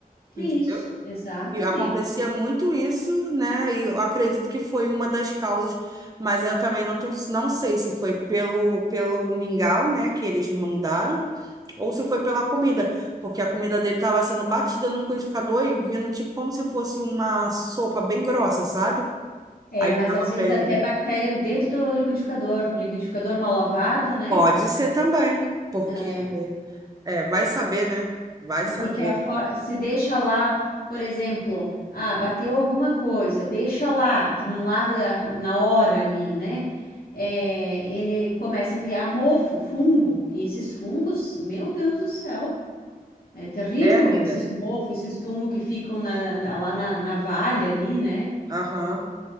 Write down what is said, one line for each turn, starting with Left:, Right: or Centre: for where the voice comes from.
Right: entendeu?
Left: Isso, exatamente.
Right: E acontecia muito isso, né? E eu acredito que foi uma das causas, mas eu também não tenho, não sei se foi pelo, pelo mingau, né, que eles mandaram Ou se foi pela comida, porque a comida dele tava sendo batida no liquidificador e vindo tipo como se fosse uma sopa bem grossa, sabe?
Left: É,
Right: Aí
Left: mas
Right: eu tava
Left: às vezes
Right: pra ele,
Left: até bactéria dentro do liquidificador, um liquidificador mal lavado, né?
Right: pode ser também, porque
Left: É,
Right: é, vai saber, né? Vai saber.
Left: porque a for- se deixa lá, por exemplo, ah, bateu alguma coisa, deixa lá, que não lava a- na hora ali, né? É, ele começa a criar mofo, fungo, e esses fungos, meu Deus do céu. É terrível
Right: É, amiga.
Left: esses mofos, esses fungos que ficam na- na- lá na, na valha ali, né?
Right: Aham.